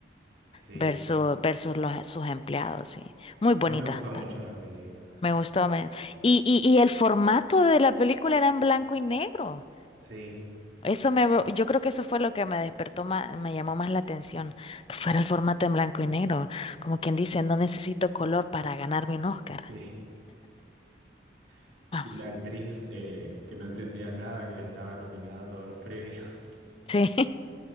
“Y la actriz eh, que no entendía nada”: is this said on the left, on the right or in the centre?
Right